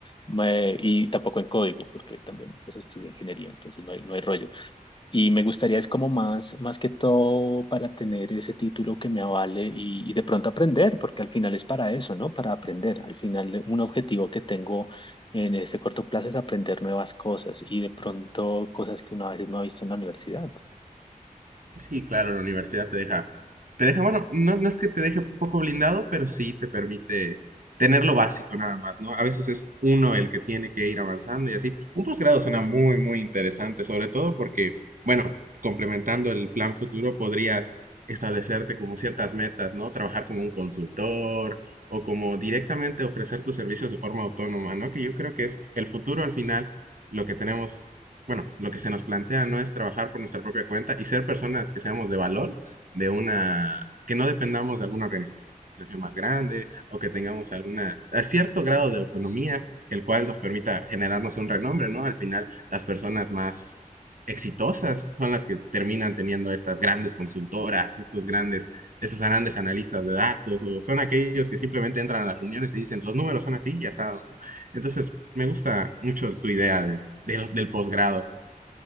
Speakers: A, on the left; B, on the right.
A: Me- y tampoco en código, porque también pues estudié ingeniería, entonces no hay, no hay rollo. Y me gustaría es como más, más que todo para tener ese título que me avale y, y de pronto aprender, porque al final es para eso, ¿no? Para aprender. Al final un objetivo que tengo en este corto plazo es aprender nuevas cosas y de pronto cosas que una vez no ha visto en la universidad.
B: Sí, claro, la universidad te deja, te deja, bueno, no, no es que te deje poco blindado, pero sí te permite tener lo básico nada más, ¿no? A veces es uno el que tiene que ir avanzando y así. Un posgrado suena muy, muy interesante, sobre todo porque, bueno, complementando el plan futuro, podrías establecerte como ciertas metas, ¿no? Trabajar como un consultor o como directamente ofrecer tus servicios de forma autónoma, ¿no? Que yo creo que es el futuro al final lo que tenemos, bueno, lo que se nos plantea no es trabajar por nuestra propia cuenta y ser personas que seamos de valor, de una, que no dependamos de alguna organización más grande o que tengamos alguna, a cierto grado de autonomía, el cual nos permita generarnos un renombre, ¿no? Al final, las personas más exitosas son las que terminan teniendo estas grandes consultoras, estos grandes, estos grandes analistas de datos, o son aquellos que simplemente entran a las reuniones y dicen, los números son así, ya saben. ¿no? Entonces, me gusta mucho tu idea de del, del posgrado.